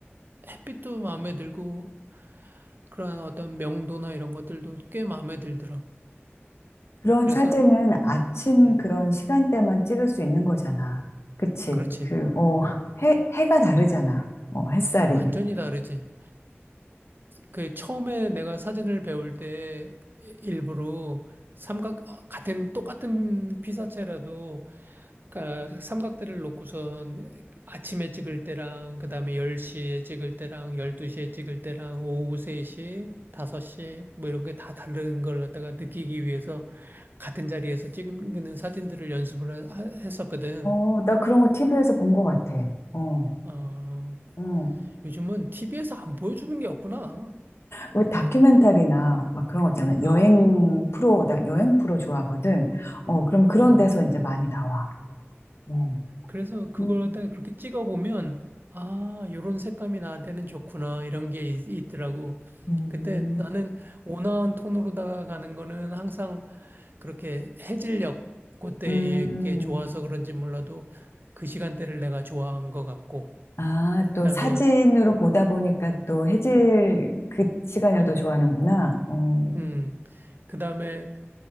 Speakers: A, on the right; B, on the left.
A: 햇빛도 마음에 들고 그러한 어떤 명도나 이런 것들도 꽤 마음에 들더라고.
B: 그런
A: 그래서,
B: 사진은 아침
A: 음,
B: 그런 시간대만 찍을 수 있는 거잖아. 그치?
A: 그렇지.
B: 그, 어, 해, 해가 다르잖아. 어, 햇살이.
A: 완전히 다르지. 그 처음에 내가 사진을 배울 때 일부러 삼각 같은 똑같은 피사체라도 그러니까 삼각대를 놓고선 아침에 찍을 때랑 그다음에 10시에 찍을 때랑 12시에 찍을 때랑 오후 3시, 5시 뭐 이런 게 다 다른 걸 갖다가 느끼기 위해서 같은 자리에서 찍는 사진들을 연습을 하- 했었거든.
B: 어, 나 그런 거 티비에서 본 것 같아. 어,
A: 어,
B: 어.
A: 요즘은 티비에서 안 보여주는 게 없구나.
B: 왜 다큐멘터리나 막 그런 거 있잖아. 여행
A: 어,
B: 프로, 나 여행 프로 좋아하거든. 어, 그럼 그런
A: 어.
B: 데서 이제 많이 나와. 어.
A: 그래서 그걸
B: 음,
A: 갖다가 그렇게 찍어보면, 아, 요런 색감이 나한테는 좋구나, 이런 게 있, 있더라고.
B: 음,
A: 근데 나는 온화한 톤으로다가 가는 거는 항상 그렇게 해질녘 그때에
B: 음.
A: 게 좋아서 그런지 몰라도 그 시간대를 내가 좋아한 것 같고,
B: 아,
A: 그다음에,
B: 또 사진으로 보다 보니까 또 해질 그 시간을 더 좋아하는구나. 어,
A: 음, 그다음에